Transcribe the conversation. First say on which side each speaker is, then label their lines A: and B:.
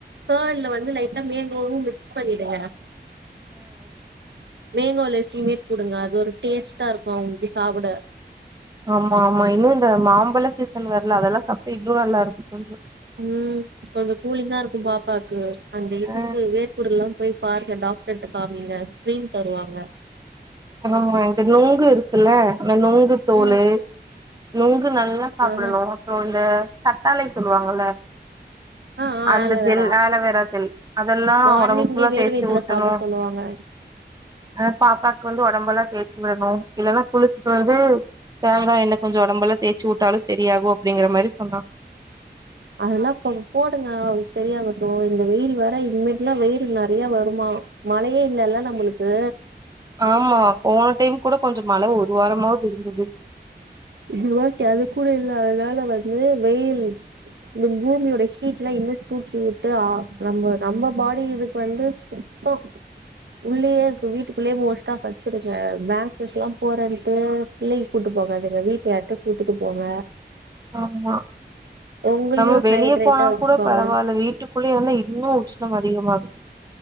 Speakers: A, on the right; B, on the right.
A: கர்ட்ல வந்து லைட்டா மேங்கோவு மிக்ஸ் பண்ணிடுங்க மேங்கோ லசிமே கூடுங்க அது ஒரு டேஸ்ட்டா இருக்கு அவுங்களுக்கு சாப்புட
B: ஆமா ஆமா இன்னு இந்த மாம்பழ சீசன் வர்ல அதெல்லா சாப்டா இன்னு நல்லா இருக்கு கொஞ்சோ
A: ம் கொஞ்சோ கூலிங்கா இருக்கு பாப்பாக்கு அந்த இதுக்கு
B: ஆ
A: வேற்கூர்ல்லா போய் பார் டாக்டர்ட்ட காமிங்க க்ரீம் தருவாங்க
B: ஆ இந்த நொங்கு இருக்குல்ல நொங்கு தோளு
A: ம்
B: நொங்கு நல்லா சாப்டணு
A: ஆஹ
B: அப்ரோ இந்த கத்தாழை சொல்லுவாங்கல்ல
A: ஆ ஆ
B: அந்த
A: ஆலோவேரா
B: ஜெல் ஆலோவேரா ஜெல் அதெல்லா
A: மார்னிங்கே
B: ஒடம்பு ஃபுல்லா
A: வேறு
B: தேய்ச்சு
A: வயித்துல
B: ஊத்தனு
A: சாப்ட சொல்லுவாங்க
B: ஆ பாப்பாக்கு வந்து உடம்பெல்லா தேய்ச்சு விடணு இல்லனா குளிச்ட்டு வந்து தேங்கா எண்ணெ கொஞ்ச உடம்பு எல்லா தேய்ச்சு உட்டாலு சரியாகு அப்படிங்கிற மாரி சொன்னாங்க
A: அதெல்லா இப்ப போடுங்க அவளுக்கு சரியாகட்டு இந்த வெயில் வேற இனிமேட்ல்லா வெயில் நறைய வருமா மழையே இல்லல்ல நம்ளுக்கு
B: ஆமா போன டைம் கூட கொஞ்சோ மழ ஒரு வாரமாவது இருந்தது
A: இந்த வாட்டி அது கூட இல்ல அதுனால வந்து வெயில் இந்த பூமியோட ஹீட்லா இன்னு தூக்கி விட்டு அ நம்ப நம்ப பாடி இதுக்கு வந்து சு த்தோ உள்ளயே இருக்கு வீட்டுக்குள்ளயே மோஸ்ட்டா படிச்சிருக்கே பேங்க்குக்குல்லா போறேன்ட்டு பிள்ளையக் கூட்டு போகாதிங்க வீட்ல யார்ட்ட கூட்துட்டு போங்க
B: ஆம்மா
A: உங்களையு
B: நம்ம வெளிய
A: ஹைட்ரேட்டா
B: போனா
A: வச்சுக்கோங்க
B: கூட பரவால்ல வீட்டுக்குள்ளயே வந்து இன்னு உஷ்ணமா இருக் அதிகமா இருக்